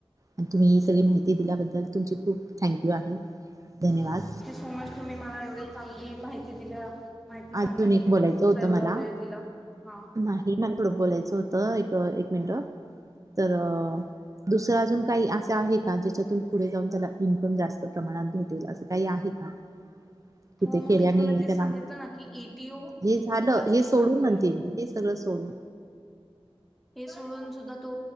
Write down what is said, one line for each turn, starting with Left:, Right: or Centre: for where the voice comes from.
Right: आणि तुम्ही ही सगळी माहिती दिल्याबद्दल तुमची खूप थँंक यू आहे. धन्यवाद!
Centre: सज तुम्ही मला एवढी चांगली माहिती दिली. माहिती सांगण्यासाठी
Right: अजून एक बोलायचं
Centre: तुम्ही तुमचा
Right: होतं
Centre: एवढा
Right: मला
Centre: वेळ दिला. हा!
Right: नाही म थोडं बोलायचं होतं एक एक मिनट तर, दुसरं अजून काही असं आहे, का ज्याच्यातून पुढे जाऊन त्याला इन्कम जास्त प्रमाणात भेटेल असं काही आहे का? कि
Centre: हो
Right: ते
Centre: मग
Right: केल्याने
Centre: मी तुम्हाला तेच
Right: त्याला
Centre: सांगितलं ना! की एटीओ हे
Right: झालं
Centre: खरंच
Right: हे
Centre: खूप
Right: सोडून
Centre: चांगलं
Right: म्हणते
Centre: आहे.
Right: मी हे सगळं सोडून.
Centre: हे सोडून सुद्धा तो,